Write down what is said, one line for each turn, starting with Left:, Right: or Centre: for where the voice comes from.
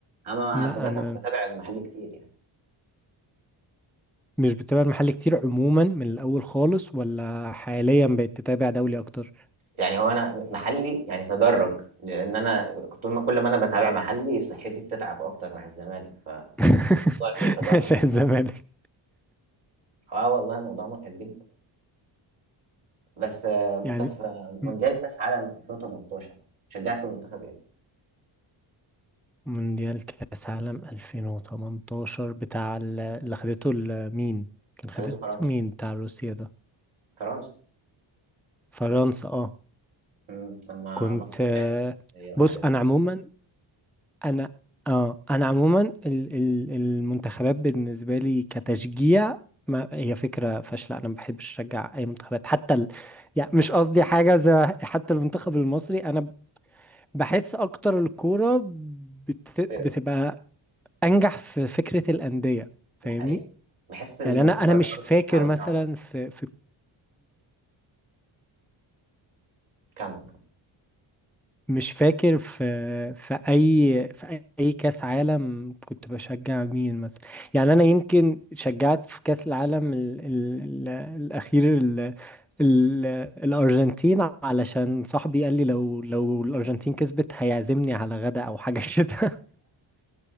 Right: أنا
Centre: لا
Right: على فكرة
Centre: انا
Right: انا مش باتابع المحلي كتير يعني،
Centre: مش بتابع المحل كتير عموما من الاول خالص ولا حاليا بقيت تتابع دولي اكتر
Right: يعني هو أنا محلي يعني تدرّج، لإن أنا كنت طول ما كل ما أنا باتابع محلي صحتي بتتعب أكتر مع الزمالك، فالموضوع
Centre: <laughs>
Right: بيتدرج.
Centre: عشان الزمالك
Right: اه والله موضوع متعب جدا بس آه،
Centre: يعني
Right: انت في آه، مونديال
Centre: مم.
Right: كاس عالم 2018 شجعت منتخب ايه؟
Centre: مونديال كاس عالم 2018 بتاع ال- اللي خدته ال- مين كان خدته
Right: خدته فرنسا
Centre: مين بتاع روسيا ده
Right: فرنسا
Centre: فرنسا اه
Right: مم. لما
Centre: كنت
Right: مصر طلعت
Centre: آه،
Right: من السعودية والحاجات
Centre: بص
Right: دي
Centre: انا عموما انا اه انا عموما ال- ال- المنتخبات بالنسبه لي كتشجيع ما هي فكره فاشله انا ما بحبش اشجع اي منتخبات حتى ال... يعني مش قصدي حاجه زي حتى المنتخب المصري انا بحس اكتر الكوره بت...
Right: فرق
Centre: بتبقى انجح في فكره الانديه فاهمني
Right: الحقيقة بحس المنتخبات
Centre: يعني انا انا مش
Right: برضه
Centre: فاكر
Right: متعودين
Centre: مثلا
Right: على
Centre: في في
Right: كم
Centre: مش فاكر في في اي في اي كاس عالم كنت بشجع مين مثلا يعني انا يمكن شجعت في كاس العالم ال ال ال الاخير ال ال الارجنتين علشان صاحبي قال لي لو لو الارجنتين كسبت هيعزمني على غدا او حاجه <laughs> كده